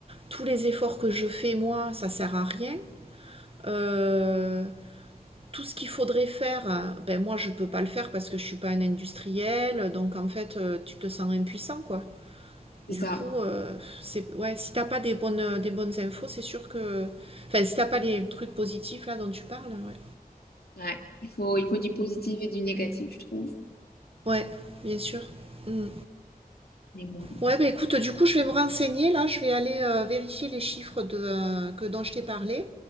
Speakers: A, on the right; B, on the left.
A: tous les efforts que je fais, moi, ça sert à rien. Euh, tout ce qu'il faudrait faire, euh, ben moi, je peux pas le faire parce que je suis pas un industriel, donc en fait, euh, tu te sens impuissant, quoi.
B: C'est
A: Du
B: ça.
A: coup, euh, c'est ouais, si t'as pas des bonnes, des bonnes infos, c'est sûr que, enfin, si t'as pas les trucs positifs là dont tu parles, ouais.
B: Ouais. Il faut, il faut du positif et du négatif, je trouve.
A: Ouais, bien sûr. Mm.
B: Mais bon.
A: Ouais, bah écoute, du coup, je vais me renseigner là, je vais aller euh, vérifier les chiffres de, euh, que, dont je t'ai parlé.